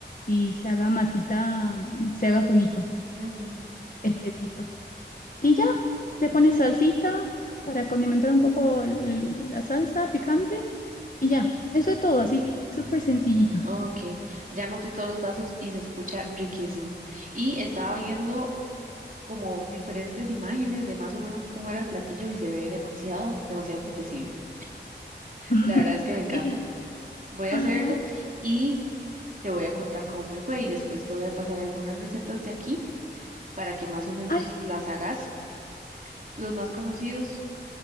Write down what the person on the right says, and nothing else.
Ujú.
Ok, ya noté todos los pasos y se escucha riquísimo. Y estaba viendo como diferentes imágenes de más o menos cómo era el platillo y se ve demasiado, demasiado apetecible.
La verdad es que
me encanta.
Voy a
hacerlo y te voy a contar cómo me fue y después te voy a pasar algunas recetas de aquí para que más o menos
las
hagas, los más conocidos.